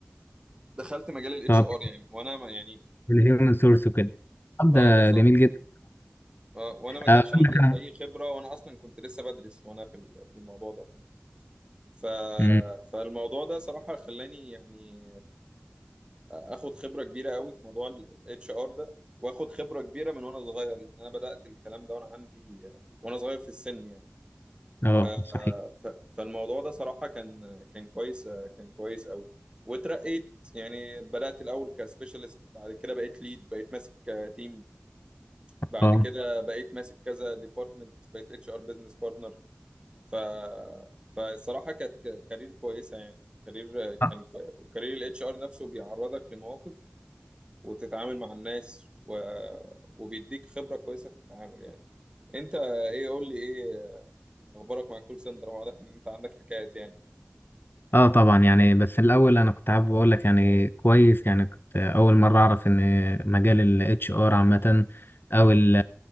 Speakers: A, on the right (about 25°); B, on the left (about 55°).
A: دخلت مجال الاتش
B: طب
A: ار يعني وانا ما يعني
B: الهيومن سورس وكده طب
A: اه
B: ده
A: بالظبط
B: جميل جدا
A: آه وانا ما كانش
B: آه، أقول
A: عندي
B: لك
A: اي خبره وانا اصلا كنت لسه بدرس وانا في ال- في الموضوع ده ف
B: أنا
A: فالموضوع ده صراحه خلاني يعني اخد خبره كبيره قوي في موضوع الاتش ار ده واخد خبره كبيره من وانا صغير لان انا بدات الكلام ده وانا عندي وانا صغير في السن يعني
B: اه
A: ف...
B: صحيح
A: ف... فالموضوع ده صراحه كان كان كويس كان كويس قوي واترقيت يعني بدات الاول كسبيشالست بعد كده بقيت ليد بقيت ماسك تيم بعد
B: اه
A: كده بقيت ماسك كذا ديبارتمنت بقيت اتش ار بزنس بارتنر ف فالصراحه كانت ك- كارير كويسه يعني كارير كان
B: اه
A: وكارير الاتش ار نفسه بيعرضك لمواقف وتتعامل مع الناس و... وبيديك خبرة كويسة في التعامل يعني انت ايه قول لي ايه اخبارك مع الكول سنتر هو واضح ان انت عندك حكايات يعني
B: آه طبعا يعني بس الاول انا كنت حابب اقول لك يعني كويس يعني كنت اول مره اعرف ان مجال الاتش ار عامه او ال-